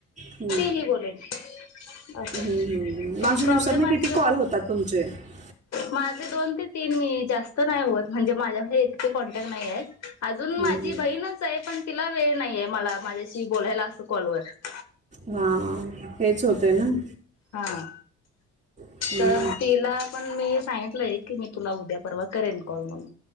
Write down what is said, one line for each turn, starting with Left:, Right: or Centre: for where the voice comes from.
Right: हं.
Left: तिही बोलेल अस,
Right: हम्म, हम्म. मागच्या
Left: पण प्रॉब्लेम
Right: दिवसात ना
Left: अस
Right: किती कॉल होतात तुमचे हम्म,
Left: माझ दोन ते तीन मिनी जास्त नाही होत. म्हणजे माझ्या कडे इतके कॉन्टॅक्ट नाही आहे. अजून माझी
Right: हम्म.
Left: बहीणच आहे पण- तिला वेळ नाहीये, मला माझ्याशी बोलायला असं कॉलवर -
Right: हां हेच होतय ना-
Left: हा.
Right: हम्म.
Left: तर तिला- पण मी सांगितलंय की मी तुला उद्या परवा करेन कॉल म्हणून.